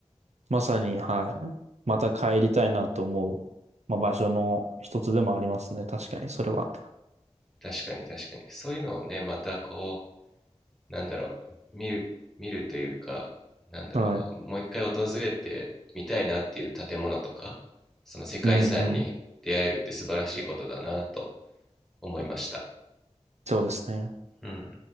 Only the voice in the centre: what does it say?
確かに確かにそういうのをねまたこうなんだろう見る見るというかなんだろうもう一回訪れてみたいなっていう建物とかその世界遺産に出会えるって素晴らしいことだなと
思いました
うん